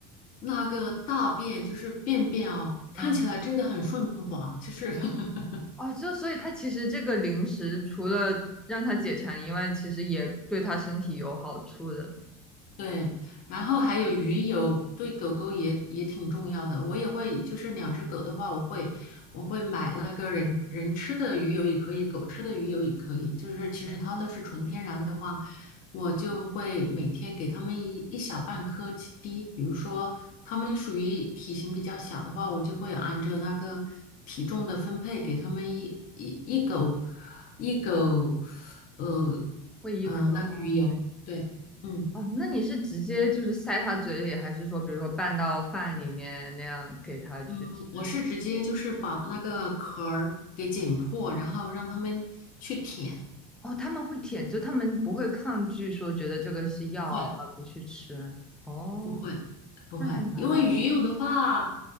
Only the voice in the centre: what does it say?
嗯，
哦，就所以它其实这个零食除了让它解馋以外，其实也对它身体有好处的。
哦
哦，
会一壳吗？
哦，那你是直接就是塞它嘴里，还是说比如说拌到饭里面那样给它去吃呢？
哦，他们会舔，就他们不会抗拒说觉得这个是药而不去吃。
哦，
那还蛮好。